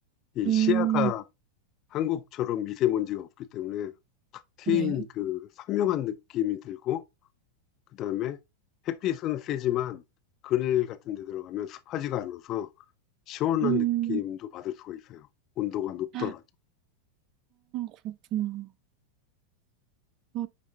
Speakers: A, on the left; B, on the right.
A: 이
B: 음,
A: 시야가 한국처럼 미세먼지가 없기 때문에 탁 트인
B: 네.
A: 그 선명한 느낌이 들고 그다음에 햇빛은 세지만 그늘 같은 데 들어가면 습하지가 않아서 시원한
B: 음,
A: 느낌도 받을 수가 있어요. 온도가 높더라도.
B: 아, 그렇구나. 아,